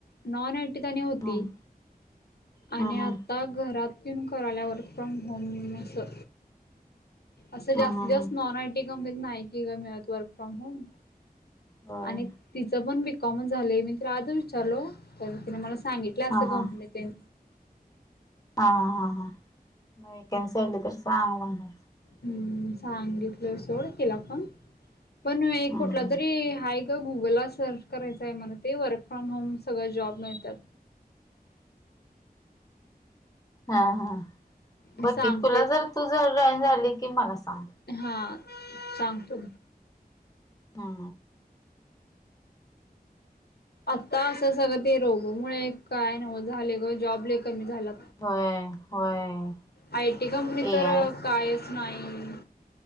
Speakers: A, on the left (about 85°); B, on the left (about 20°).
A: नॉन एटी तनी होती.
B: हम्म
A: आणि
B: हम्म
A: आता
B: हम्म
A: घरातन कराल्या वर्क फ्रॉम होम असं. असं
B: हम्म
A: जास्तीत
B: हम्म
A: जास्त नॉन आयटी कंपनीत नाय की का मिळत वर्क फ्रॉम होम.
B: होय
A: आणि तिचं पण बिकॉम झालंय मी तिला आज विचारलो त्या तिने मला सांगितलं असं
B: हा
A: कंपनीत.
B: हा
A: तन.
B: हा हा हां हां वेकन्सी आली तरी सांग म्हण.
A: हम्म सांगितलं सोड तिला पण. पण
B: हम्म
A: कुठला तरी आहे ग गुगलला सर्च करायचं आहे म्हण ते वर्क फ्रॉम होम सगळं जॉब. मिळतात.
B: हा हा.
A: मी
B: बकी
A: सांगतोय
B: तुला जर तुझ जॉईन झाली की मला सांग.
A: हा सांगतो.
B: हा
A: आता असं सगळं ते रोग मु काय नव झाले ग जॉबले कमी झाला.
B: होय होय.
A: आय टी कंपनी
B: ए
A: तर
B: आय
A: कायच नाही.